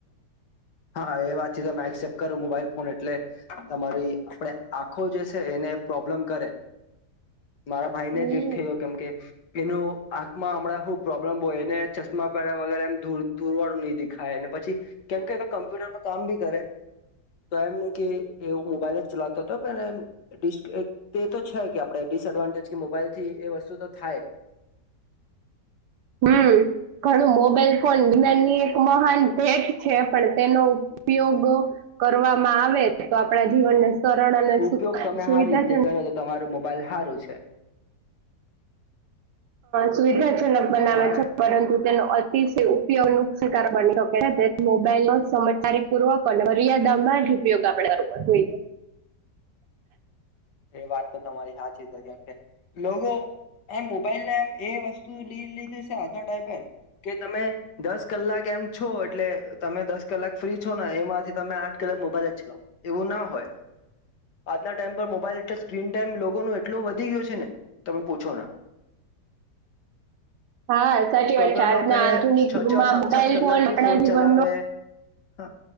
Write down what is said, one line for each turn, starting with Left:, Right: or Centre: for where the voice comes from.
Left: હા એ વાત થી તો મે એક્સેપ્ટ કરું મોબાઈલ ફોન એટલે તમારી આપણે આખો જે છે એને પ્રોબ્લેમ કરે
Right: <inaudible>
Left: મારા ભાઈ
Right: હમ.
Left: ને જ એક થયો કેમ કે એનું આંખમાં હમણાં શું પ્રોબ્લેમ હોય એને ચશ્મા પહે વગરે એમ દુરવાળું નહીં દેખાય પછી કેમ કે એ તો કમ્પ્યુટરમાં કામ બી કરે તો એમ ન કે એવું મોબાઈલ જ ચલાવતો હતો પણ એ તે તો છે કે આપડે, ડિસએડવાન્ટેજ કે મોબાઈલ થી એ વસ્તુ તો થાય
Right: <inaudible> હમ્મ ઘણું મોબાઈલ ફોન વિજ્ઞાનની એક મહાન ભેટ છે. પણ તેનો ઉપયોગ કરવામાં આવે તો આપણા જીવનને સરલ અને
Left: ઉપયોગ તમે
Right: સુવિધાજનક
Left: સારી રીતે કરો તો તમારું મોબાઈલ સારું છે
Right: સુવિધાજનક બનાવે
Left: મારા
Right: છે પરંતુ તેનો અતિ ઉપયોગ ન શિકાર <unintelligible> બની શકે છે મોબાઈલ ન સમારી પૂર્વક અને મરિયાદિત <inaudible> જ ઉપયોગ આપડે બરોબર જોઈએ
Left: એ વાત તો તમારી સાચી જ કેમ કે લોકો એમ મોબાઈલને એમ એ વસ્તુ લઈ લીધી છે. આજનો ટાઈમ પરે કે તમે દસ કલાક એમ છો એટલે તમે દસ કલાક ફ્રી છો ને એમાંથી તમે આઠ કલાક મોબાઈલ એવું ના હોય આજના ટાઈમ પર મોબાઈલ એ સ્ક્રીન ટાઈમ લોકો ન એટલોું વધી ગયો છે ને તમે પૂછો ના.
Right: <inaudible> હા સાચી વાત
Left: અગર
Right: છે. આજના
Left: લોકો
Right: આધુનિક
Left: છ
Right: ગમાં
Left: છ સાત
Right: મોબાઈલ
Left: સાત કલાક
Right: ફોન આપણા
Left: બી ચલાવે
Right: ફોનનો
Left: હા.